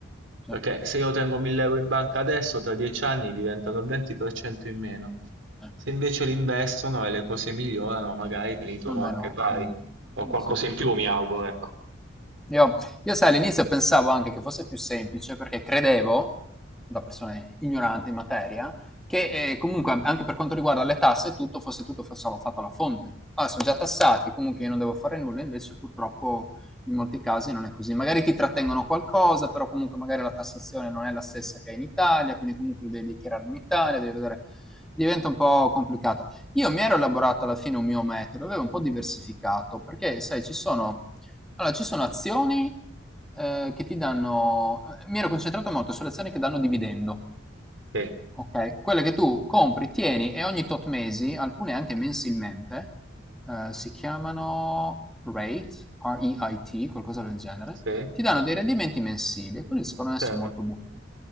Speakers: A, in the centre; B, on the right (about 70°).
A: sì,
B: perché se io tengo 1000 euro in banca adesso, tra 10 anni diventano il 20% in meno.
A: sì,
B: Se invece li investono e le cose migliorano, magari me li trovo
A: almeno,
B: anche pari,
A: mhmm,
B: o qualcosa
A: sì.
B: in più
A: sì,
B: mi
A: sì.
B: auguro, ecco.
A: Io, io sai, all'inizio pensavo anche che fosse più semplice perché credevo, da persona ignorante in materia, che eh, comunque anche per quanto riguarda le tasse e tutto fosse tutto fa- solo fatto alla fonte. Ah, sono già tassati, comunque io non devo fare nulla, invece purtroppo in molti casi non è così. Magari ti trattengono qualcosa, però comunque magari la tassazione non è la stessa che è in Italia, quindi comunque lo devi dichiarare in Italia, devi vedere... Diventa un po' complicato. Io mi ero elaborato alla fine un mio metodo, avevo un po' diversificato, perché sai, ci sono allora, ci sono azioni, ehm, che ti danno eh, mi ero concentrato molto sulle azioni che danno dividendo.
B: Sì,
A: Ok, quelle che tu compri, tieni e ogni tot mesi, alcune anche mensilmente, eh, si chiamano rate, R-E-I-T, qualcosa del genere,
B: sì,
A: ti danno dei rendimenti mensili e quelli secondo me
B: certo,
A: sono molto buoni.